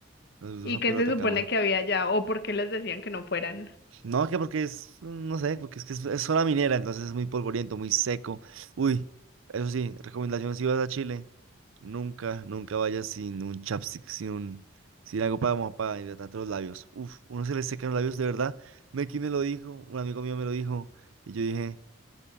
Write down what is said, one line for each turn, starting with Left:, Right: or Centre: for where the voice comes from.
Right: Nos gustó
Left: ¿Y
Right: San
Left: qué
Right: Pedro
Left: se
Right: de Atacama.
Left: supone que había allá? ¿O por qué les decían que no fueran?
Right: No, que porque es, no sé, porque es que es, es zona minera, entonces es muy polvoriento, muy seco. Uy, eso sí, recomendación si vas a Chile, nunca, nunca vayas sin un chapstick, sin un, sin algo para, mo- para hidratarte los labios. Uf, uno se le secan los labios, de verdad. Meki me lo dijo, un amigo mío me lo dijo, y yo dije,